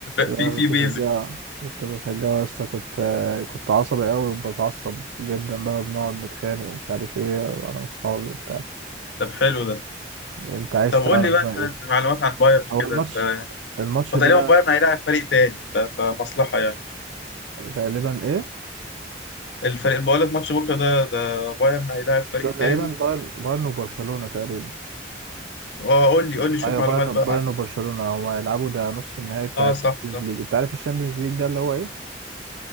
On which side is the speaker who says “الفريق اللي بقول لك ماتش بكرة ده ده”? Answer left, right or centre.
Left